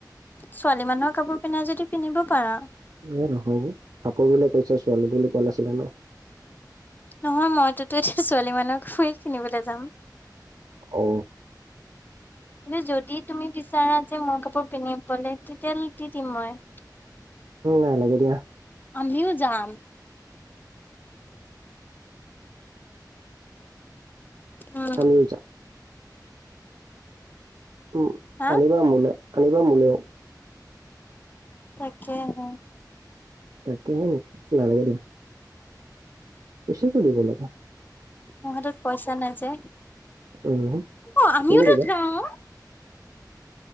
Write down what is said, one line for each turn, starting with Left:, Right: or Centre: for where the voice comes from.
Left: ছোৱালী মানুহৰ কাপোৰ পিন্ধা যদি, পিন্ধিব পাৰা।
Right: এ নহয় হে। কাপোৰ গিলা কৈছা, ছোৱালী বুলি কলে ছিলে ন'
Left: নহয় মইটোতো এতিয়া ছোৱালী মানু্হৰটোৱে কিনিবলৈ যাম।
Right: অ
Left: <inaudible> কিন্তু যদি তুমি বিচাৰা যে মোৰ কাপোৰ পিন্ধি পলে তেতিয়াহলে দি দিম মই।
Right: উম নালাগে দিয়া।
Left: আমিও যাম। অ।
Right: আমিও যাম উম
Left: হা
Right: আনিবা মোলে আনিবা মোলৌ।
Left: তাকে হে।
Right: তাকেহে নালাগে দিয়া গুছি গলো বেলেগত।
Left: মোৰ হাতত পইচা নাই যে।
Right: উম
Left: অ আমিও
Right: তুমি
Left: টো
Right: দিবা
Left: যাওঁ।